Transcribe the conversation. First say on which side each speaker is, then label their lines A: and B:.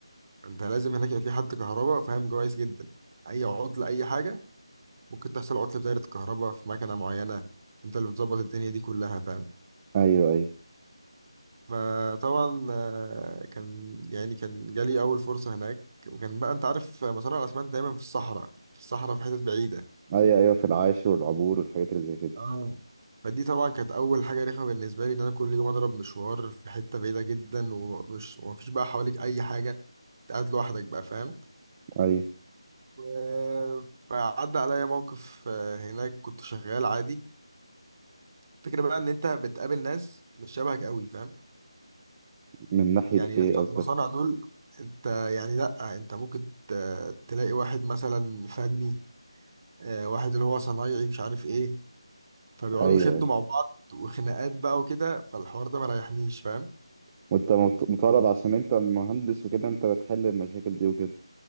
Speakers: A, on the right (about 30°); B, on the right (about 15°).
A: انت لازم هناك يبقى في حد كهرباء فاهم كويس جدا اي عطل اي حاجه ممكن تحصل عطل في دايره الكهرباء في مكنه معينه انت اللي بتظبط الدنيا دي كلها فاهم
B: ايوه ايوه
A: فطبعا آه، كان يعني كان جالي اول فرصه هناك وكان بقى انت عارف مصانع الاسمنت دايما في الصحراء في الصحراء في حتت بعيده
B: ايوه ايوه في العاشر والعبور والحاجات اللي زي كده
A: اه فدي طبعا كانت اول حاجه رخمه بالنسبه لي ان انا كل يوم اضرب مشوار في حته بعيده جدا ومش ومفيش بقى حواليك اي حاجه انت قاعد لوحدك بقى فاهم
B: ايوه
A: و- فعدى عليا موقف آه، هناك كنت شغال عادي الفكره بقى ان انت بتقابل ناس مش شبهك قوي فاهم
B: من ناحية
A: يعني
B: ايه
A: ناس بتوع
B: قصدك؟
A: المصانع دول انت يعني لا انت ممكن ت- تلاقي واحد مثلا فني آه، واحد اللي هو صنايعي مش عارف ايه فبيقعدوا
B: ايوه
A: يشدوا
B: ايوه
A: مع بعض وخناقات بقى وكده فالحوار ده ما ريحنيش فاهم
B: وانت مط- مطالب عشان انت مهندس وكده انت بتحل المشاكل دي وكده